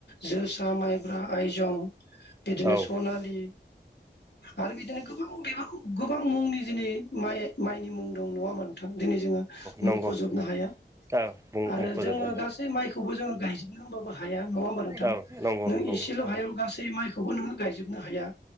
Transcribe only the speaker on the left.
जोसा, माइब्रा, आइजं,
बिदिनो स'नालि आरो बिदिनो गोबां बेबा गोबां मुंनि दिनै माइ माइनि मुं दं नङा थां दिनै जोंङो
मुंखजोबनो
हाया
आरो
जोंङो गासै माइखौबो जोंङो गायजा नों हबाबो हाया नंङा होमबा नोंथां
नों
एसेल'
हायाव गासै माइखौबो नोंङो गायजोबनो हाया